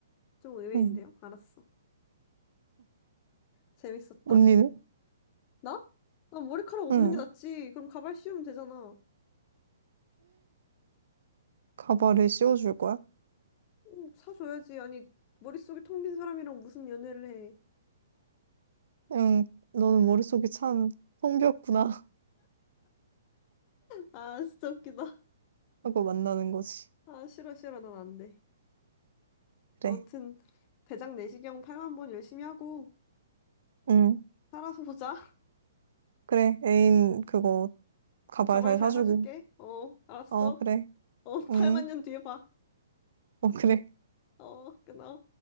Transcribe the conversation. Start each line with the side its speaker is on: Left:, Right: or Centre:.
Left: 좀 의외인데요?
Right: 응.
Left: 알았어. 재밌었다.
Right: 언니는?
Left: 나? 나 머리카락 없는
Right: 응.
Left: 게 낫지. 그럼 가발 씌우면 되잖아.
Right: 가발을 씌워줄 거야?
Left: 응, 사줘야지. 아니, 머릿속이 텅 빈 사람이랑 무슨 연애를 해.
Right: 응, 너는 머릿속이 참텅비었구나
Left: 아, 진짜 웃기다.
Right: <laughs> 하고 만나는 거지.
Left: 아, 싫어, 싫어. 난 안 돼.
Right: 그래.
Left: 아무튼, 대장 내시경 8만 번 열심히 하고,
Right: 응,
Left: 살아서 보자. <laughs>
Right: 그래. 애인 그거 가발
Left: 가발
Right: 잘
Left: 잘
Right: 사주고.
Left: 사줄게. 어, 알았어.
Right: 어, 그래.
Left: 어, 8만
Right: 응,
Left: 년 뒤에 봐.
Right: 어, 그래.
Left: 어, 끊어.